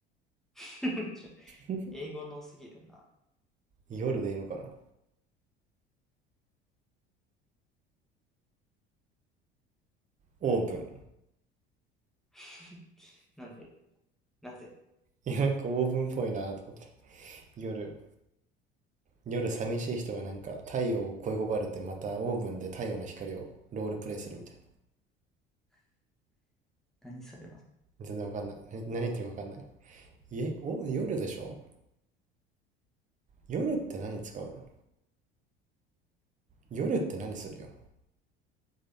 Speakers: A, in the centre; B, on the right.
A: <laughs> ちょ
B: <laughs>
A: 英語のすぎるな。
B: 夜でいいのかなオーブン。
A: <laughs> なんでなぜ
B: いや、なんかオーブンっぽいなと思って。夜。夜寂しい人がなんか太陽を恋焦がれてまたオーブンで太陽の光をロールプレイするみたい
A: 何それは
B: な。全然わかんない。何、何言ってるかわかんない。いえ、お、夜でしょ夜って何使うの夜って何するよ